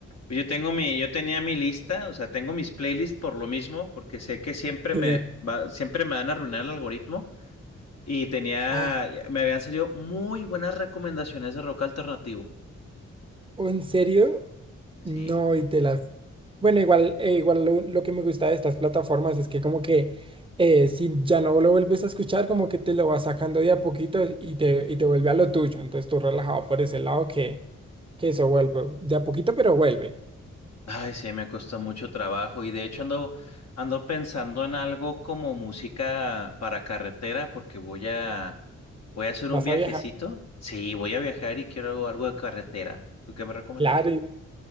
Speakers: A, on the left; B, on the right.
A: pues, yo tengo mi, yo tenía mi lista, o sea, tengo mis playlists por lo mismo, porque sé que siempre
B: Sí.
A: me va, siempre me van a arruinar el algoritmo. Y tenía,
B: Ah,
A: eh, me habían salido muy buenas recomendaciones de rock alternativo.
B: ¿o en serio?
A: Sí.
B: No, y te la Bueno, igual, eh, igual lo, lo que me gusta de estas plataformas es que como que eh, si ya no lo vuelves a escuchar, como que te lo vas sacando de a poquito y te, y te vuelve a lo tuyo. Entonces tú relajado por ese lado que, que eso vuelve de a poquito, pero vuelve.
A: Ay, sí, me costó mucho trabajo y de hecho ando, ando pensando en algo como música para carretera porque voy a, voy a hacer
B: Vas
A: un viajecito.
B: a viajar,
A: Sí, voy a viajar y quiero algo, algo de carretera. ¿Tú qué me recomendarías?
B: claro, y